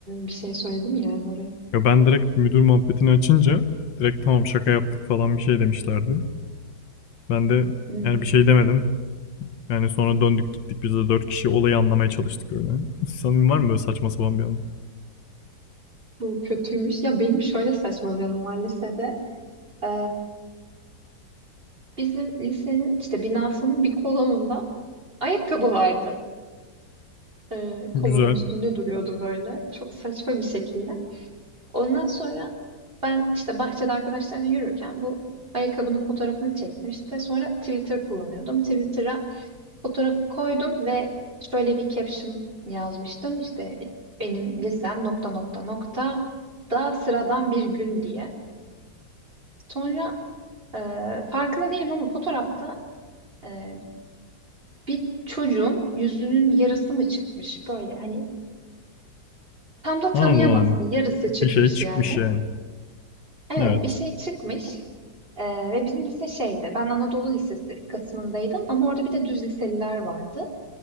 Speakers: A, on the right; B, on the left.
A: bir şey söyledi mi yani oraya?
B: Ya ben direkt müdür muhabbetini açınca direkt tamam şaka yaptık falan bir şey demişlerdi. Ben de
A: Hmm.
B: yani bir şey demedim. Yani sonra döndük gittik biz de dört kişi olayı anlamaya çalıştık öyle. <laughs> Sanırım var mı böyle saçma sapan bir an?
A: Bu kötüymüş. Ya benim şöyle saçma bir anım var lisede. E, bizim lisenin işte binasının bir kolonunda ayakkabı vardı. E, kolonun
B: Güzel.
A: üstünde duruyordu böyle. Çok saçma bir şekilde. Ondan sonra ben işte bahçede arkadaşlarla yürürken bu ayakkabının fotoğrafını çektim. İşte sonra Twitter kullanıyordum. Twitter'a fotoğrafı koydum ve şöyle bir caption yazmıştım. İşte benim lisem nokta nokta nokta da sıradan bir gün diye. Sonra e, farkında değilim ama fotoğrafta e, bir çocuğun yüzünün yarısı mı çıkmış böyle hani tam da tanıyamazsın
B: Anladım anladım.
A: yarısı çıkmış
B: Bir şey çıkmış
A: yani.
B: yani.
A: Evet
B: Evet.
A: bir şey çıkmış Ee, ve bizim lise şeydi ben Anadolu Lisesi kısmındaydım ama orada bir de düz liseliler vardı